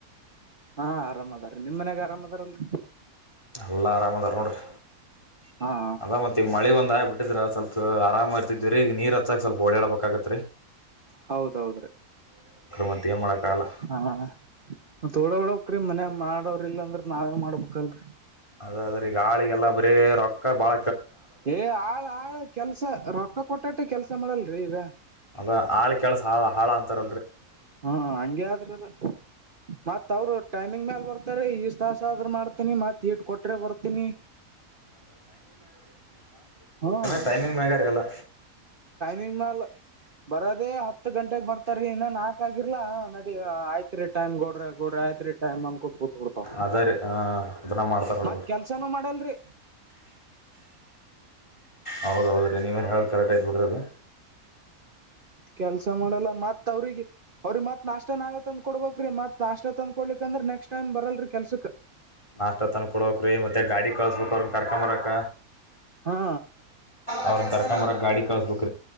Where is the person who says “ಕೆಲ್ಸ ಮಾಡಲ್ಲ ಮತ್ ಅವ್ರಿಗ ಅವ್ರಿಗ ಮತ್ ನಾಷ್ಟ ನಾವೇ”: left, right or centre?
Right